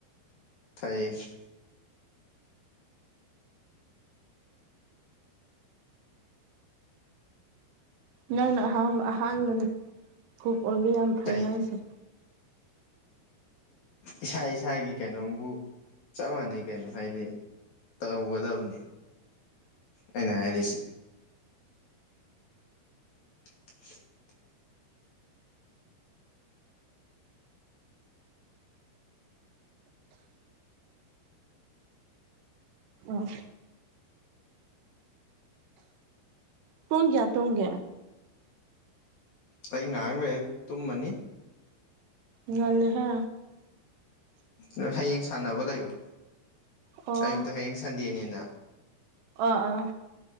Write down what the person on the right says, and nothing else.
ꯅꯪꯅ ꯑꯍꯥꯡꯕ ꯑꯍꯥꯟꯕꯅ ꯀꯛ ꯑꯣꯏꯕ ꯌꯥꯝ ꯐꯩ
ꯍꯥꯏꯔꯤꯁꯦ
ꯎꯝ ꯇꯨꯡꯒ꯭ ꯇꯨꯡꯒ꯭
ꯉꯥꯜꯂꯍꯦ
ꯑꯣ
ꯑ ꯑꯥ